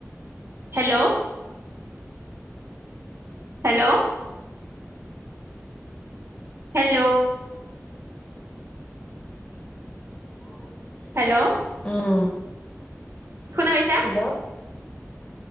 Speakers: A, on the right; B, on the left.
A: Hello. Hello. Hello.
B: <inaudible>
A: Hello
B: উম
A: শুনা পাইছা?
B: হেল্ল'